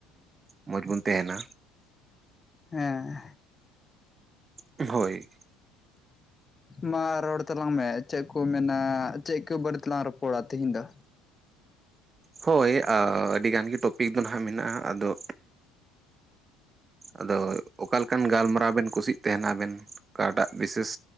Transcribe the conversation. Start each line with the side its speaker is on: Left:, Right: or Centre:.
Right: ᱢᱚᱸᱡᱽ ᱵᱚᱱ ᱛᱟᱦᱮᱱᱟ
Left: ᱦᱮᱸ
Right: ᱦᱳᱭ
Left: ᱢᱟ ᱨᱚᱲ ᱛᱟᱞᱟᱝ ᱢᱮ ᱪᱮᱫ ᱠᱚ ᱢᱮᱱᱟ ᱪᱮᱫ ᱠᱚ ᱵᱟᱨᱮ ᱛᱮᱞᱟᱝ ᱨᱚᱯᱚᱲᱟ ᱛᱮᱦᱮᱧ ᱫᱚ
Right: ᱦᱳᱭ ᱟᱹᱰᱤᱜᱟᱱ ᱜᱮ ᱴᱚᱯᱤᱠ ᱫᱚ ᱱᱟᱦᱟᱸᱜ ᱢᱮᱱᱟᱜ-ᱟ ᱟᱫᱚ ᱟᱫᱚ ᱚᱠᱟ ᱞᱮᱠᱟᱱ ᱜᱟᱞᱢᱟᱨᱟᱣ ᱵᱮᱱ ᱠᱩᱥᱤᱜ ᱛᱟᱦᱮᱱᱟ ᱟᱵᱮᱱ ᱚᱠᱟᱴᱟᱜ ᱵᱤᱥᱮᱥ